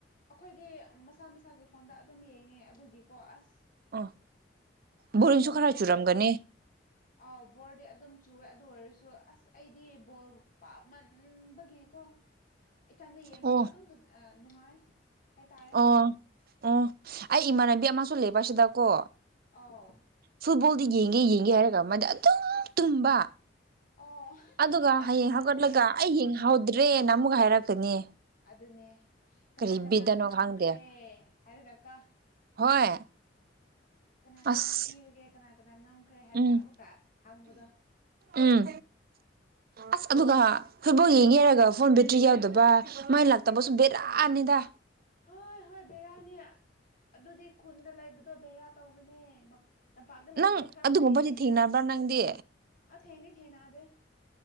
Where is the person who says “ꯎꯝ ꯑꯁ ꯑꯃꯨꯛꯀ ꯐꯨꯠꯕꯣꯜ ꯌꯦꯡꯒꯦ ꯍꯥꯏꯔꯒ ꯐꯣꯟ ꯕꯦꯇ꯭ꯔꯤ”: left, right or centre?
Right